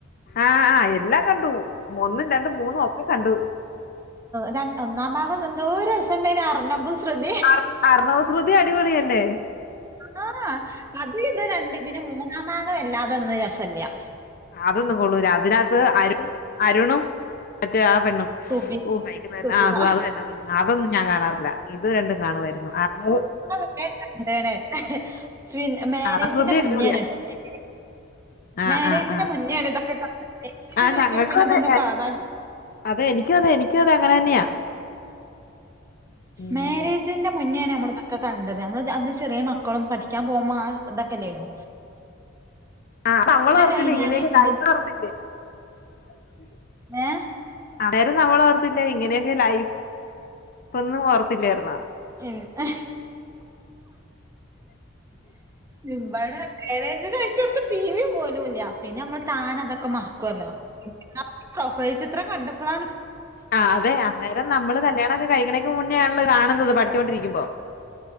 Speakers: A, on the left (about 45°); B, on the right (about 15°).
A: ആഹ് ആഹ എല്ലാം കണ്ടു ഒന്നും രണ്ടും മൂന്നും ഒക്കെ കണ്ടു
B: ര ഒന്നാം ഭാഗം എന്തോ രസംമു ണ്ടേ അറിഞ്ഞമ്പ ശ്രദ്തി
A: <unintelligible> അ അർണവ ശമൃതി അടിപൊളി തന്നെ
B: ആ ആ അത് ഇത് രണ്ട് പിന്നെ മൂന്നാഭാഗം വല്ലാതെന്ന് ഇന്ന് റസല്യാ
A: അതൊന്നും കൊള്ളൂില്ല അതിനകത്ത് അരു അരുണും മറ്റേ ആ പെണ്ണും
B: സുബിൻ
A: ഓഹായിട്ട
B: സുബിന
A: ആ ആ ക <unintelligible> അതൊന്നും ഞാൻ കാണാറില്ല ഇത് രണ്ടും കാണുവായിരുന്നു അത്
B: കന്താണ് പി മാരേജിന്റെ
A: അണശ്രുതി അടിപൊളിയാ
B: മുന്നേൻ കേട്ടോ <unintelligible>
A: ആ
B: മാര്ാരേജിന്റെ
A: ആ ആ
B: മുന്നോണ് ഇതൊക്കെ കാ ണ് ജ്
A: ആ
B: കഴിച്ച്
A: ഞങ്ങൾക്കും
B: പിന്നെ
A: അതെ
B: ഇതൊന്നന്ന് കാണാൻ
A: അതെ എനി ക്കും എനി ക്കു അതെ അങ്ങെ തന്നെയാ ഉം
B: മാരേജിന്റെ മുന്നോണ് നമ്മളതൊക്ക കണ്ടത് നമ്മള് അന്ന് ചെറിയ മക്കളും പഠിക്കാൻ പോകുമ്പോൾ ആ തക്കെന്തേനു
A: ആ തമ്മ വർത്തില്ല
B: കഴിഞ്ഞാലേ
A: ഇങ്ങനെയൊക്ക
B: പിന്നെ
A: ലൈട്ട് വർത്തില്ലേ <unintelligible>
B: ഏഹ്
A: അതേരും ഞമ്മളെ ഓർ ന്താ ഇങ്ങനെയൊക്കെ ലൈഫ്ഒന്നും ഓർത്തില്ലായിരുന്നാ
B: ഉ <unintelligible> ഹേ ഹെ മ്പടെ മാരാജ് കഴിചോടുത്ത് ടി വിും പോലുല്ല പിന്നെ അമ്മൾ തൻ അതൊക്കെ മാറ ക്കുവല്ലോ അ പ്രൊഫൈൽ ചിത്രം കണ്ടപ്പോളാണ്
A: ആഹ് അതെ അന്നേരം നമ്മള് കല്യാണക്കെ കഴിക്കണേക്ക് മുന്നേ ആൺള്ളത് കാണുന്നത് പഠിച്ചുകൊണ്ടിരിക്കുമ്പോ